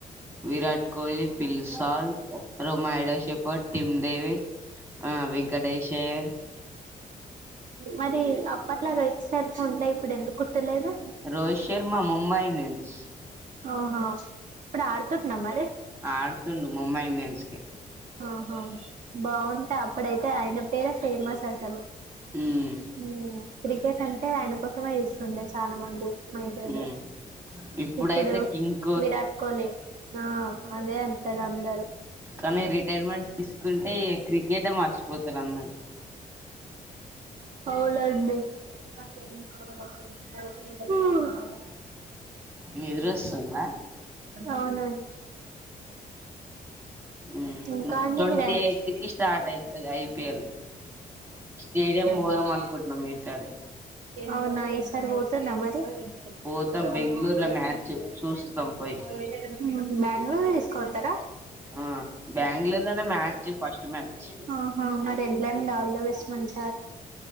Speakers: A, on the right; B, on the right.
A: Virat Kohli Phil Salt Romario Shepherd Tim David ఆ వెంకటేష్ అయ్యర్
B: మరి అప్పట్లో రోహిత్ శర్మ ఉండే ఇప్పుడు ఎందుకు ఉంటలేదు
A: రోహిత్ శర్మ ముంబై ఇండియన్స్
B: ఆహా ఇప్పుడు ఆడుతుంటున్నా మరి
A: ఆడుతుండు ముంబై ఇండియన్స్ కి
B: ఆహా బాగుంటే అప్పుడైతే ఆయన పేరే ఫేమస్ పైసలో
A: ఉమ్
B: హ్మ్ క్రికెట్ అంటే ఆయన కోసం చూస్తుండే చాలా మంది ఐపిల్లో
A: ఉమ్ ఇప్పుడైతే
B: ఇప్పుడు
A: కింగ్
B: విరాట్ కోహ్లీ ఆ అదే అంటారు అందరూ
A: కానీ రిటైర్మెంట్ తీసుకుంటే క్రికెటే మర్చిపోతారు అందరు
B: అవును అండి <unintelligible> ఆ
A: నిద్రొస్తుందా
B: అవునా
A: ఉమ్
B: ఇంకా అయ్యానని
A: ట్వంటీ ఎయిత్ కి స్టార్ట్ అయితది ఐపీఎల్ స్టేడియం పోదాం
B: కూడా ఆహా
A: అనుకుంటున్నాం ఈసారి
B: అవునా ఈసారి పో తునమార్
A: పోతాం
B: యావధే
A: బెంగళూరులో మ్యాచ్ చూస్తాం పోయి
B: హా బాగ్ <inaudible> కొతార
A: ఆ బెంగళూరులోనే మ్యాచ్ ఫస్ట్ మ్యాచ్
B: ఆహా మా ప్లాన్ ఆల్ థీ బెస్ట్